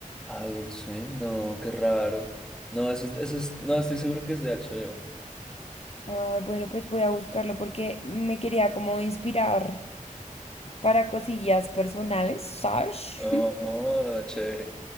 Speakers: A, in the centre; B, on the left.
A: Adult Swim, no, qué raro. No, eso es, eso es, no, estoy seguro que es de HBO.
B: Ay, bueno, pues voy a buscarlo porque me quería como inspirar para cosillas personales, ¿sabes?
A: Oh,
B: <laughs>
A: oh, chévere.